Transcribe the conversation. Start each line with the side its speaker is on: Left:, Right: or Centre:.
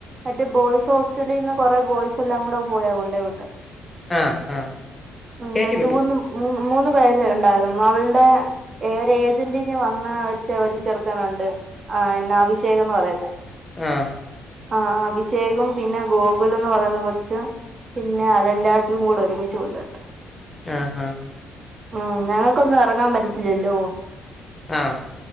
Right: മറ്റേ ബോയ്സ് ഹോസ്റ്റലിൽ നിന്ന് കൊറെ ബോയ്സ് എല്ലാം കൂടെ പോയാ കൊണ്ടേ വിട്ട്
Left: ആഹ് ആഹ്
Right: ഉ
Left: കേറ്റി
Right: രണ്ട്
Left: വിട്ടു
Right: മൂന്ന്ൂന്ന് മൂന്ന ണ്ടായി അവുടെ ഒരു ഏജന്റിന് വന്ന ഒരു ച ഒരു ചെറുക്കനുണ്ട് എന്ന ആശ അത്യേകംന്ന് പറയുന്നത് <unintelligible>
Left: ആഹ
Right: ആ അഭിഷേകും പിന്നെ ഗോകുലന്ന് പറയുന്ന കൊച്ച് പിന്നെ അലൻ രാ <unintelligible> കൂടെ ഒരുമിച്ചു കൊണ്ടട്ട്
Left: ആഹ്
Right: ഉം ഞങ്ങക്കൊന്നും എറങ്ങാൻ പറ്റത്തില്ലല്ലോ
Left: ആഹ്